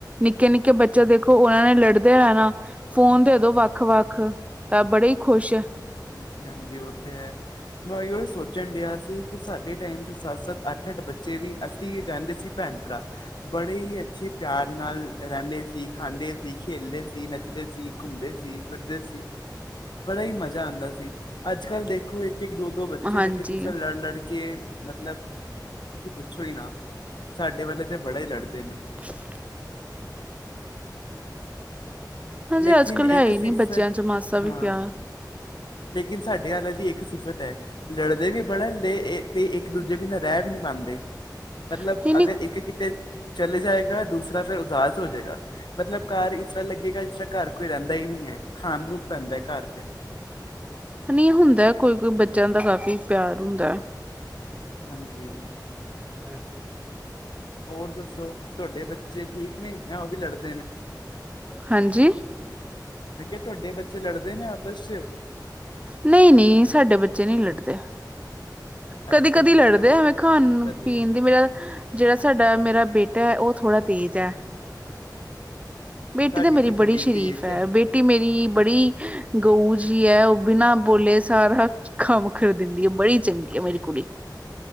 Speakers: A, on the right; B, on the left.
A: ਨਿੱਕੇ ਨਿੱਕੇ ਬੱਚੇ ਦੇਖੋਂ, ਉਹ ਐ ਵੇ ਲੜਦੇ ਹੈ ਨਾ ਫੋਨ ਦੇ ਦੋਂ ਵੱਖ ਵੱਖ, ਤਾਂ ਬੜੇ ਹੀ ਖੁਸ਼।
B: ਹਾਂਜੀ ਹਾਂਜੀ, ਉਹ ਤੇ ਹੈ। ਮੈਂ ਉਈਓ ਸੋਚਣ ਡਿਆ ਸੀ, ਕਿ ਸਾਡੇ ਟਾਈਮ ਤੇ ਸੱਤ ਸੱਤ ਅੱਠ ਅੱਠ ਬੱਚੇ ਵੀ ਅਸੀਂ ਰਹਿੰਦੇ ਸੀ ਭੈਣ ਭਰਾ, ਬੜੇ ਹੀ ਅੱਛੇ ਪਿਆਰ ਨਾਲ ਰਹਿੰਦੇ ਸੀ। ਖਾਂਦੇ ਸੀ, ਖੇਲਦੇ ਸੀ, ਨੱਚਦੇ ਸੀ, ਘੁੰਮਦੇ ਸੀ, ਫਿਰਦੇ ਸੀ ਬੜਾ ਹੀ ਮਜ਼ਾ ਜਾਂ ਆਦਾ ਸੀ, ਅੱਜ ਕੱਲ੍ਹ ਦੇਖੋ ਇੱਕ ਇੱਕ ਦੋ ਦੋ ਬੱਚੇ
A: ਹਾਂਜੀ,
B: ਨੇ ਤੇ ਕਿਸੇ ਲੜ ਲੜ ਕੇ ਮਤਲਬ ਤੁਸੀਂ ਪੁੱਛੋ ਹੀ ਨਾ, ਸਾਡੇ ਵਾਲੇ ਤੇ ਬੜੇ ਹੀ ਲੜਦੇ ਨੇ।
A: <unintelligible> ਹਾਂਜੀ
B: ਲੇਕਿਨ
A: ਅੱਜ ਕੱਲ੍ਹ
B: ਇੱਕ
A: ਹੈ ਹੀ ਨਹੀਂ
B: ਸਿਫਤ
A: ਬੱਚਿਆਂ ਚ ਮਾਸਾ ਵੀ
B: ਹਾਂ
A: ਪਿਆ।
B: ਲੇਕਿਨ ਸਾਡੇ ਆਲੇ ਦੀ ਇੱਕ ਸਿਫਤ ਹੈ, ਲੜਦੇ ਵੀ ਬੜਨ ਦੇ ਇਹ ਤੇ ਇੱਕ ਦੂਜੇ ਬਿਨਾਂ ਰਹਿ ਵੀ ਨਹੀਂ ਪਾਉਦੇ, ਮਤਲਬ
A: ਨਹੀਂ-ਨਹੀਂ,
B: ਅਗਰ ਇੱਕ ਕਿਤੇ ਚਲੇ ਜਾਏਗਾ, ਦੂਸਰਾ ਫਿਰ ਉਦਾਸ ਹੋ ਜਾਏਗਾ। ਮਤਲਬ ਘਰ ਇਸ ਤਰ੍ਹਾਂ ਲੱਗੇਗਾ, ਜਿਸ ਤਰ ਘਰ ਕੋਈ ਰਹਿੰਦਾ ਹੀ ਨਹੀਂ ਹੈ, ਖਾਣ ਨੂੰ ਪੈਂਦਾ ਘਰ ਫਿਰ।
A: ਨਹੀਂ ਹੁੰਦਾ, ਕੋਈ ਕੋਈ ਬੱਚਿਆਂ ਦਾ ਕਾਫੀ ਪਿਆਰ ਹੁੰਦਾ ਹੈ।
B: ਹਾਂਜੀ
A: ਹੈ।
B: ਹੋਰ ਦੱਸੋ, ਤੁਹਾਡੇ ਬੱਚੇ ਠੀਕ ਨੇ, ਜਾਂ ਉਹ ਵੀ ਲੜਦੇ ਨੇ।
A: ਹਾਂਜੀ।
B: ਮੈਂ ਕਿਹਾ ਤੁਹਾਡੇ ਬੱਚੇ ਲੜਦੇ ਨੇ ਆਪਸ ਚ।
A: ਨਹੀਂ ਨਹੀਂ, ਸਾਡੇ ਬੱਚੇ ਨਹੀਂ ਲੜਦੇ। ਕਦੀ
B: ਅੱਛਾ
A: ਕਦੀ
B: ਜੀ
A: ਲੜਦੇ
B: ਚਲੋ ਜੀ,
A: ਆ, ਮੈਂ ਖਾਣ
B: ਵਧੀਆ
A: ਪੀਣ ਦੀ ਮੇਰਾ ਤ ਜਿਹੜਾ ਸਾਡਾ ਮੇਰਾ ਬੇਟਾ ਐ, ਉਹ ਥੋੜ੍ਹਾ ਤੇਜ਼ ਐ। ਬੇਟੀ
B: ਸਾਡੀ
A: ਤੇ ਮੇਰੀ
B: ਤਾਂ ਕੁੜੀ
A: ਬੜੀ ਸ਼ਰੀਫ
B: ਤੇਜ
A: ਐ,
B: ਹੈ
A: ਬੇ ਬੇਟੀ ਮੇਰੀ ਬੜੀ ਗਊ ਜੀ ਐ, ਉਹ ਬਿਨਾਂ ਬੋਲੇ ਸਾਰਾ ਕਮ ਕਰ ਦਿੰਦੀ ਐ, ਬੜੀ ਚੰਗੀ ਐ ਮੇਰੀ ਕੁੜੀ।